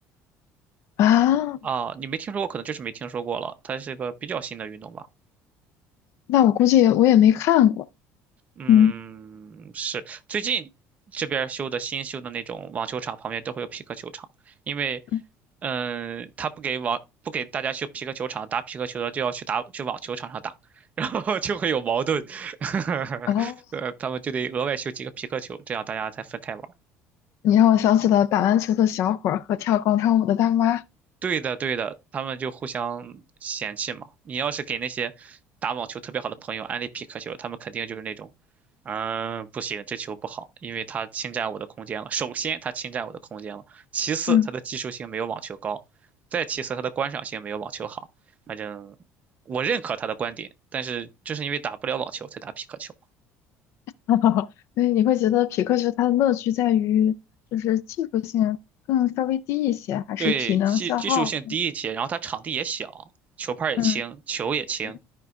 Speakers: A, on the left; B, on the right.
A: 啊？
B: 啊，你没听说过，可能就是没听说过了。它是个比较新的运动吧。
A: 那我估计我也没看过。
B: 嗯，
A: 嗯，
B: 是最近这边儿修的新修的那种网球场旁边都会有皮克球场，因为，
A: 嗯
B: 嗯，他不给网不给大家修皮克球场，打皮克球的就要去打去网球场上打，<laughs> 然后就会有矛盾，<laughs>
A: 哦，
B: 呃，他们就得额外修几个皮克球，这样大家才分开玩。
A: 你让我想起了打篮球的小伙儿和跳广场舞的大妈。
B: 对的，对的，他们就互相嫌弃嘛。你要是给那些打网球特别好的朋友安利匹克球，他们肯定就是那种，嗯，不行，这球不好，因为它侵占我的空间了。首先，它侵占我的空间了；其次，
A: 嗯，
B: 它的技术性没有网球高；再其次，它的观赏性没有网球好。反正我认可他的观点，但是就是因为打不了网球才打匹克球。
A: <laughs> 哈哈。所以你会觉得匹克球它的乐趣在于就是技术性更稍微低一些，还是体能消耗？
B: 对，技技术性低一些，然后它场地也小，球拍儿也轻，
A: 嗯
B: 球也轻。
A: 嗯